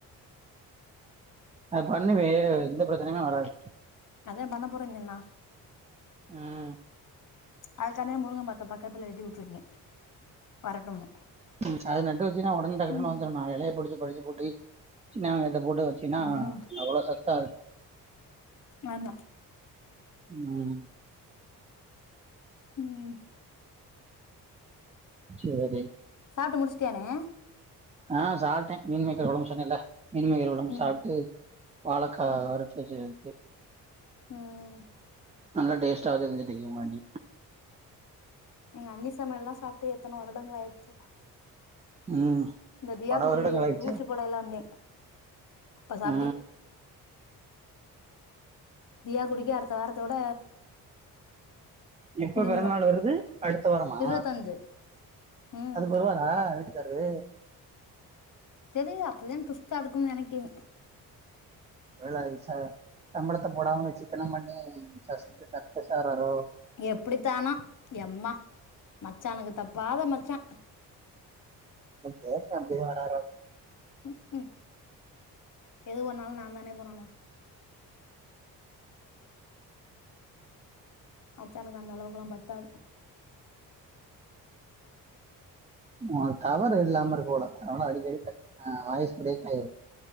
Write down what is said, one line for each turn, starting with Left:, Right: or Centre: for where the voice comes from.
Right: அது பண்ணுமே எந்த பிரச்சனையுமே வராது
Left: அத பண்ணப்போறன்னு சொன்னா
Right: ஆ
Left: அதுக்கானே முருங்க மத்த பக்கத்துல நெட்டி வுட்டுருக்கே வரட்டும்னு
Right: ம் அது நட்டு வச்சனைனா உடன டக்டக்குன்ன
Left: ம்
Right: வந்துரு நாலு எலையை புடிச்சு பறுச்சு போட்டு சின்னவெங்காயத்தப் போட்டு வச் சின்னா
Left: ம்
Right: அவ்ள சத்தா
Left: ஆமா
Right: ம்
Left: ம்
Right: சேரி
Left: சாப்டு முடிச்சிட்டியாணே
Right: ஆ சாப்பிட்டே மீன்மேக்கர் கொழம்பு சொன்னேல மீன்மேக்கர் கொழம்பு
Left: ம்
Right: சாப்பிட்டு வாழைக்கா
Left: ம்
Right: வறுத்து வச்சிருக்கு
Left: ம்
Right: நல்லா டேஸ்டா தெரிஞ்சுட்டு இயுமாண்டி
Left: எங்க அண்ணி சமையல் எல்லாம் சாப்பிட்டு எத்தன வருடங்கள் ஆயிடுச்சு
Right: ம்
Left: இந்த தியாக்குடி
Right: பல வருடங்கள் ஆயிடுச்சு
Left: ஊசிப்பட எல்லா வந்தே அப்ப சாப்பிட்டே
Right: ஆ
Left: தியா குடிக்கு அடுத்த வாரத்தோட
Right: எப்ப
Left: முடிஞ்சிரும்
Right: பிறந்தநாள் வருது அடுத்த வாரமா
Left: இருவத்தஞ்சு ம்
Right: அது பர் ஆ வீட்டுக்காரு
Left: தெரியல அப்டி தா ட்விஸ்டா இருக்கும்னு நெனைக்கே
Right: ஒருவேள ச சம்பளத்த போடாம சிக்கனம் பண்ணி சஸ்த் <unintelligible> ஆகறாறோ
Left: எப்டித்தானோ எம்மா மச்சானுக்குத் தப்பாத மச்சா
Right: இல்ல கேட்ட அப்டியே வர்றா
Left: ம்ஹூ எது பண்ணாலு நா தானே பண்ண்ணு மச்சானனுக்கு அந்த அளவுக்கெல்லா பத்தாது
Right: ஆ டவர் இல்லாம இருக்கு உனக் அதனால அடிக்கடி கட் ஆ வாய்ஸ் பிரேக்காயிரு